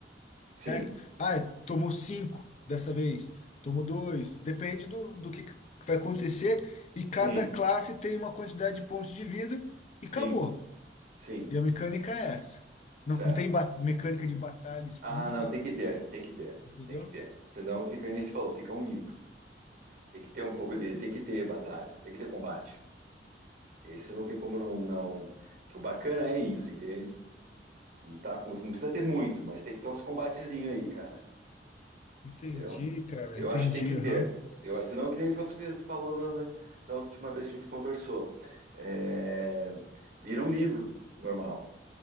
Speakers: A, on the right (about 50°); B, on the left (about 40°).
A: Sim,
B: certo? Ah, tomou cinco dessa vez, tomou dois, depende do, do que que vai acontecer, e cada
A: sim.
B: classe tem uma quantidade de pontos de vida, e
A: Sim,
B: acabou.
A: sim,
B: E a mecânica é essa. Não
A: certo.
B: tem ba- mecânica de batalha explícita,
A: Ah, não, tem que ter, tem que ter,
B: entendeu?
A: tem que ter. Senão fica, aí nem se falou, fica um livro. Tem que ter um pouco de, tem que ter batalha, tem que ter combate. Esse não tem como não, não. Que o bacana é isso, entende? Lutar com, não precisa ter muito, mas tem que ter uns combatezinhos aí, cara.
B: Entendi,
A: Entendeu?
B: cara,
A: Eu
B: entendi,
A: acho que tem que ter.
B: aham.
A: Eu, senão, que nem você falou na, na- na última vez que a gente conversou. É, vira um livro normal.